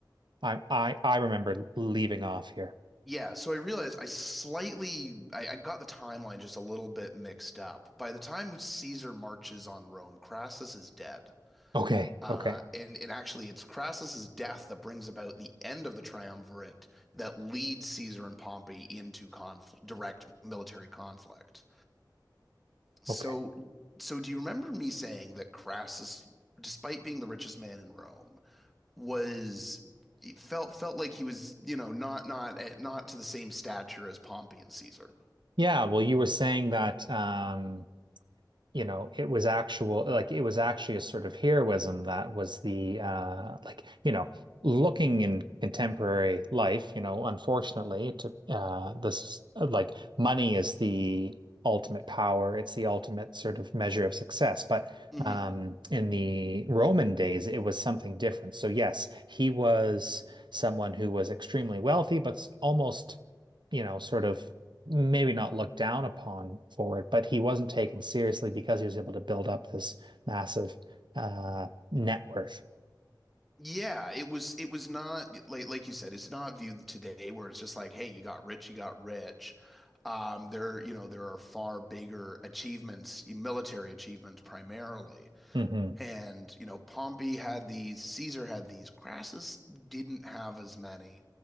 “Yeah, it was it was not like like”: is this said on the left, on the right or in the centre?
Centre